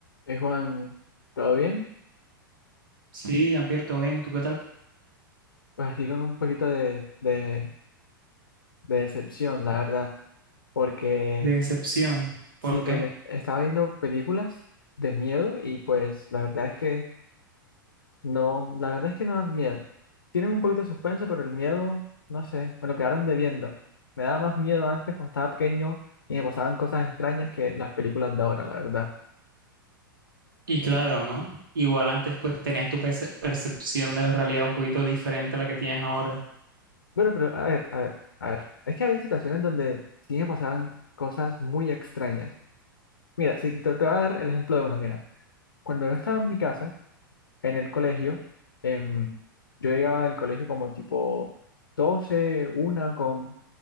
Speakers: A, on the left (about 75°); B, on the right (about 70°).
A: Eh, Juan, ¿todo bien?
B: Sí, Jean-Pierre, todo bien, ¿tú qué tal?
A: Pues aquí con un poquito de, de, de decepción, la verdad, porque
B: Decepción,
A: sí,
B: ¿por
A: porque
B: qué?
A: estaba viendo películas de miedo y pues la verdad es que no, la verdad es que no dan miedo. Tienen un poquito de suspenso, pero el miedo, no sé, me lo quedaron debiendo. Me daba más miedo antes cuando estaba pequeño y me pasaban cosas extrañas que las películas de ahora, la verdad.
B: Y claro, ¿no? Igual antes pues tenías tu perce- percepción de la realidad un poquito diferente a la que tienes ahora.
A: Bueno, pero a ver, a ver, a ver, es que había situaciones donde sí me pasaban cosas muy extrañas Mira, sí, te, te voy a dar el ejemplo de uno. Mira, cuando yo estaba en mi casa, en el colegio, em, yo llegaba del colegio como tipo 12 una, con